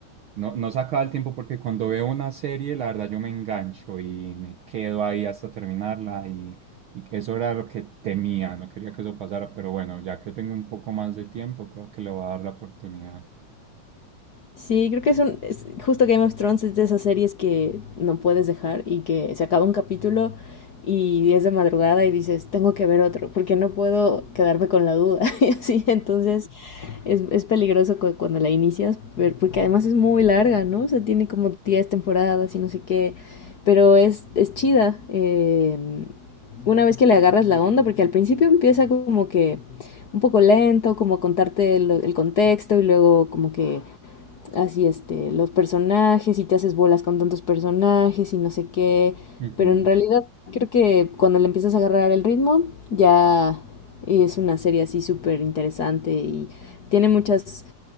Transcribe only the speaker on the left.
Sí, creo que es un... es- justo Game of Thrones es de esas series que no puedes dejar y que se acaba un capítulo y es de madrugada y dices, tengo que ver otro, porque no puedo quedarme con la duda. <laughs> Y así, entonces es, es peligroso cu- cuando la inicias, pero- porque además es muy larga, ¿no? O sea, tiene como 10 temporadas y no sé qué, pero es, es chida. eh, una vez que le agarras la onda, porque al principio empieza como que un poco lento, como contarte lo- el contexto y luego como que así este, los personajes y te haces bolas con tantos personajes y no sé qué,
pero en realidad creo que cuando le empiezas a agarrar el ritmo ya es una serie así súper interesante y tiene muchas,